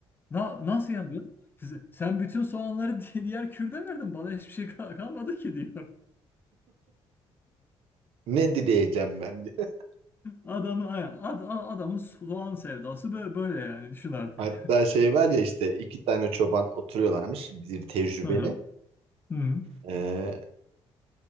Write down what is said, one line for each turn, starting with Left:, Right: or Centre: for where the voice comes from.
Left: Na- nasıl yani diyor. Size- Sen bütün soğanları <laughs> di- diğer kürde verdin, bana hiçbir şey ka- kalmadı ki diyor.
Right: Ne dileyeceğim ben diye. <laughs>
Left: Adamın, aynen, ad, a- adamın soğan sevdası böyle, böyle yani düşün artık.
Right: Hatta şey var ya işte iki tane çoban oturuyorlarmış. Bir tecrübeli.
Left: <laughs> Hı hı. Hı
Right: Ee,